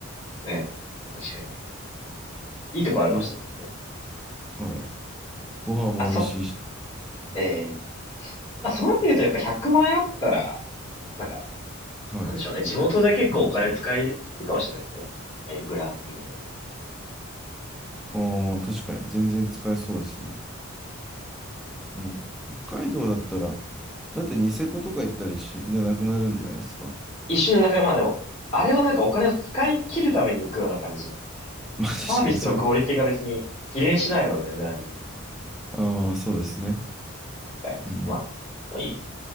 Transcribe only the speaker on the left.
ねえ、確かに。いいとこあるかもしれないですね。
あ、そう。ええまあ、そういう意味で言うとやっぱ100万円あったら、なんか、
なんでしょうね。地元で結構お金使えるかもしれないですね。いるグランピングとかいろいろ。
一瞬でなんか、まあでも、あれはなんかお金を使い切るために行くような感じなんで。
サービスのクオリティが別に比例しないので、値段に。
回あますけど、
まあ、まあいいです。